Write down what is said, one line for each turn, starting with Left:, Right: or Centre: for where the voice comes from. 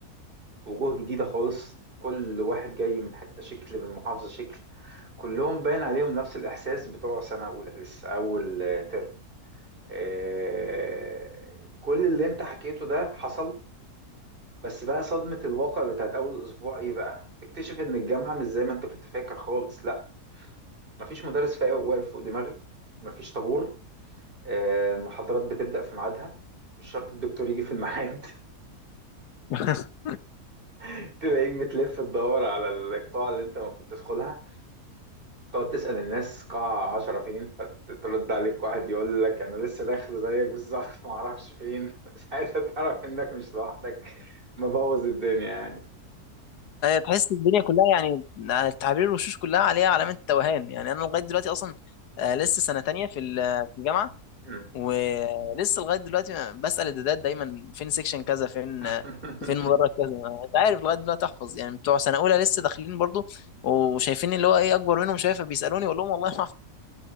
Right: وجوه جديدة خالص كل واحد جاي من حتة شكل من محافظة شكل كلهم باين عليهم نفس الإحساس بتوع سنة أولى لسه أول ترم آه، كل اللي أنت حكيته ده حصل بس بقى صدمة الواقع بتاعت أول أسبوع إيه بقى؟ تكتشف إن الجامعة مش زي ما أنت كنت فاكر خالص، لأ، مفيش مدرس فا- واقف فوق دماغك، مفيش طابور، آه، المحاضرات بتبدأ في ميعادها، مش شرط الدكتور يجي في الميعاد،
Left: <laughs>
Right: <laughs> تلاقيك بتلف تدور على القاعة اللي أنت المفروض تدخلها، تقعد تسأل الناس قاعة عشرة فين، فترد عليك واحد يقول لك أنا لسه داخل زيك بالظبط <laughs> معرفش فين، <laughs> ساعتها تعرف إنك مش لوحدك، مبوظ الدنيا يعني.
Left: تحس الدنيا كلها يعني تعابير الوشوش كلها عليها علامه توهان يعني انا لغايه دلوقتي اصلا آه، لسه سنه تانية في ال- في الجامعه
Right: <laughs>
Left: ولسه لغايه دلوقتي أنا بسال الدادات دايما فين سيكشن كذا فين
Right: <laughs>
Left: فين مدرج كذا مش عارف لغايه دلوقتي احفظ يعني بتوع سنه اولى لسه داخلين برضو وشايفين اللي هو ايه اكبر منهم شايفه بيسالوني اقول لهم والله ما اعرف